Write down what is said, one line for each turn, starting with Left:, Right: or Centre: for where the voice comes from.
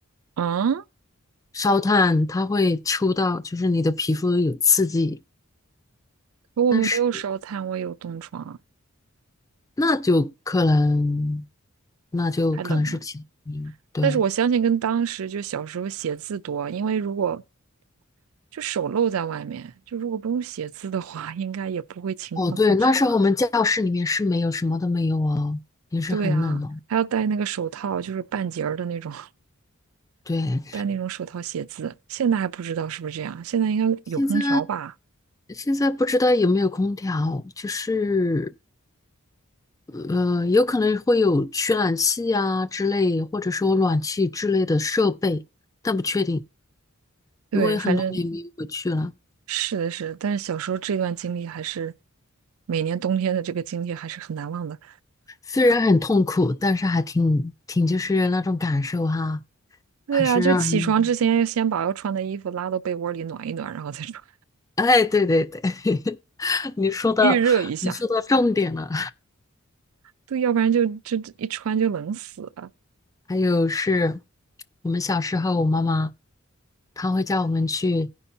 Right: 嗯。啊
Left: 烧炭它会抽到，就是你的皮肤有刺激，
Right: 可我们没有烧炭，
Left: 但是
Right: 我也有冻疮啊
Left: 那就可能，那就可能是其他原因对，
Right: 还冷呢。但是我相信跟当时就小时候写字多，因为如果就手露在外面，就如果不用写字的话，应该也不会情况那么差。
Left: 哦对，那时候我们教室里面是没有什么都没有哦，也是很冷哦。
Right: 对啊，还要戴那个手套，就是半截儿的那种，
Left: 对，
Right: 戴那种手套写字。现在还不知道是不是这样，现在应该有空调吧？
Left: 现在现在不知道有没有空调，就是呃，有可能会有取暖器啊之类，或者说暖气之类的设备，但不确定，
Right: 对，
Left: 因为很多年没有回去了。
Right: 反正是的是，但是小时候这段经历还是每年冬天的这个经历还是很难忘的。
Left: 虽然很痛苦，但是还挺挺就是那种感受哈，
Right: 对啊，
Left: 还是让人，
Right: 就起床之前要先把要穿的衣服拉到被窝里暖一暖，然后再穿，
Left: 哎，对对对，<laughs> 你说到你说到重点了。
Right: <laughs> 预热一下。对，要不然就这这一穿就冷死了。
Left: 还有是我们小时候，我妈妈她会叫我们去。